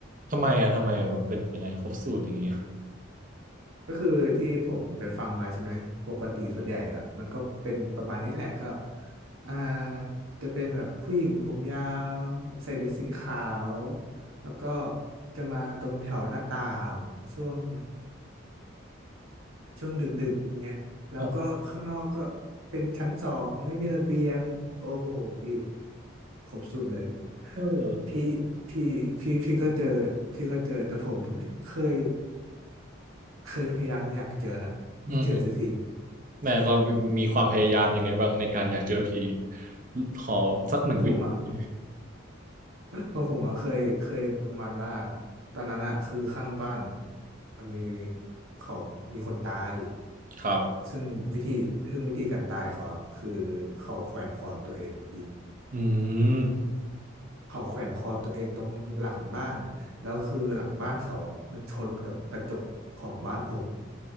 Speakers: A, on the right (about 40°); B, on the right (about 85°).
A: ทำไมอ่ะทำไมอ่ะมันเป็นยังไงครบสูตรอย่างเงี้ย
B: ก็คือที่ผมไปฟังมาใช่ไหมปกติส่วนใหญ่อะมันก็เป็นประมาณนี้แหละก็อ่าจะเป็นแบบผู้หญิงผมยาวใส่เดรสสีขาวแล้วก็จะมาตรงแถวหน้าต่างช่วง ช่วงดึกๆอย่างเงี้ยแล้วก็ข้างนอกก็
A: อ๋อ
B: เป็นชั้นสองไม่มีระเบียงโอ้โหพี่ครบสุดเลย
A: เออ
B: พี่พี่พี่พี่ก็เจอพี่ก็เจอแต่ผมเคยเคยพยายามอยากเจอละไม่เจอสักที
A: อืมอืมแหมเรามีความพยายามยังไงบ้างในการอยากเจอผีขอสักหนึ่งวิธี
B: เพราะผมอ่ะก็ผมอ่ะเคยเคยประมาณว่าตอนนั้นอ่ะคือข้างบ้านอะมันมีเขามีคนตาย
A: ครับ
B: ซึ่งวิธีซึ่งวิธีการตายเขาอะคือเขาแขวนคอตัวเองครับพี่
A: อืม
B: เขาแขวนคอตัวเองตรงหลังบ้านอ่ะแล้วคือหลังบ้านเขาอะมันชนกับกระจกของบ้านผม